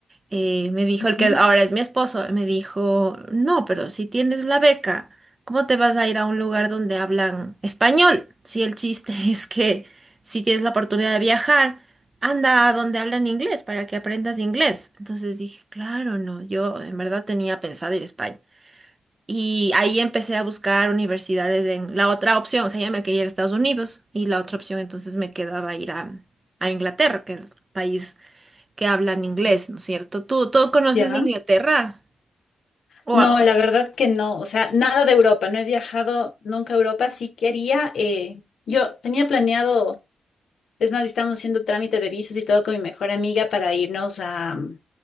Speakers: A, on the right (about 40°); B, on the left (about 75°).
A: eh, me dijo
B: Ujú.
A: el que ahora es mi esposo, me dijo, no, pero si tienes la beca, ¿cómo te vas a ir a un lugar donde hablan español? Si el chiste <laughs> es que si tienes la oportunidad de viajar, anda a donde hablan inglés para que aprendas inglés. Entonces dije, claro, no, yo en verdad tenía pensado ir a España. Y ahí empecé a buscar universidades en la otra opción, o sea, ya me quería ir a Estados Unidos y la otra opción entonces me quedaba ir a, a Inglaterra, que es país que hablan inglés, ¿no es cierto? ¿Tú, tú conoces
B: ¿Ya?
A: Inglaterra? Wow.
B: No, la verdad que no. O sea, nada de Europa. No he viajado nunca a Europa. Sí quería. eh, yo tenía planeado, es más, estamos haciendo trámite de visas y todo con mi mejor amiga para irnos a mm,